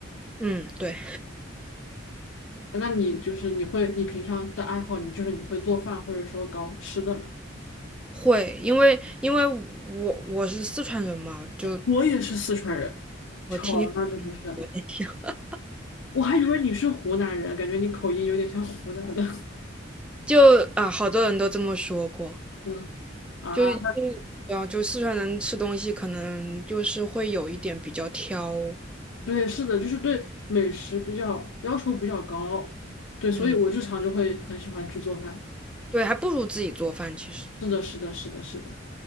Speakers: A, in the centre; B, on the left.
A: 嗯，对，
B: 啊那你就是你会，你平常的爱好，你就是你会做饭，或者说搞吃的吗？
A: 会，因为因为我我是四川人嘛，就
B: 我也是四川人，
A: 我听你
B: 巧了，那就不是。
A: 有点像 <laughs>
B: 我还以为你是湖南人，感觉你口音有点像湖南的。<laughs>
A: 就啊，好多人都这么说过。
B: 嗯啊，
A: 就因为啊，就四川人吃东西可能就是会有一点比较挑，
B: 对，是的，就是对美食比较要求比较高，对，所以我日常就会很喜欢去做饭。
A: 嗯，对，还不如自己做饭。其实，
B: 是的，是的，是的，是的，